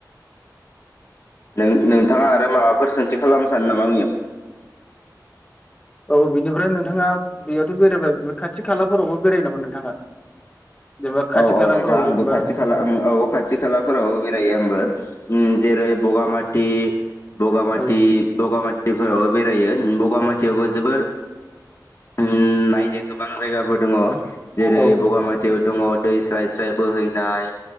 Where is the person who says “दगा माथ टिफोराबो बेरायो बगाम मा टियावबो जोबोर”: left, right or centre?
Left